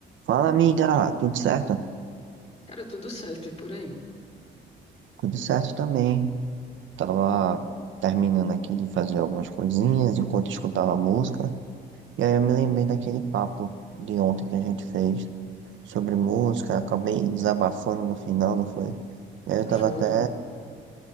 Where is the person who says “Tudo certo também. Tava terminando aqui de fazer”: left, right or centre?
Right